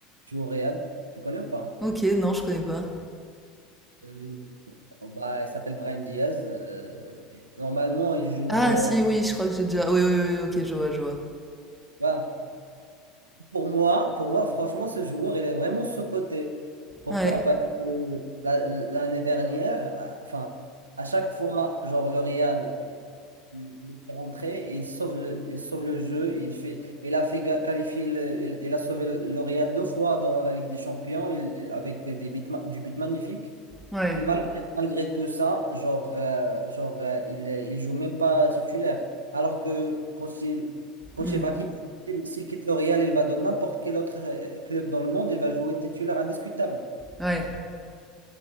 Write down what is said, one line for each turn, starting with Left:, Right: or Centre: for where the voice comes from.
Right: joue au Real. Tu connais ou pas?
Centre: Ok, non, je connais pas.
Right: Euh, oh, bah, il s'appelle Brahim Diaz. euh, et normalement, il joue.
Centre: Ah
Right: euh,
Centre: si, oui, je crois que j'ai déjà. Oui, oui, oui, ok, je vois, je vois.
Right: voilà. Pour moi, pour moi, franchement, ce joueur, il est vraiment sous-coté. Pourquoi?
Centre: Ouais,
Right: Parce que la- l'année dernière, à- enfin, à chaque fois, genre le Real, il il est rentré, il sauve le, il sauve le jeu, il fait, il a fait ga- qualifier, le- il, il a sauvé le Real deux fois dans la Ligue des Champions, il- avec des buts, ma- du but magnifique.
Centre: ouais,
Right: Et malgré, malgré tout ça, genre, euh, genre euh, il, est- il joue même pas titulaire. Alors que quand il, quand
Centre: Mm.
Right: il va quitter, s'il s'il quitte le Real, il va dans n'importe quel autre euh, club dans le monde, il va jouer titulaire indiscutable.
Centre: Ouais,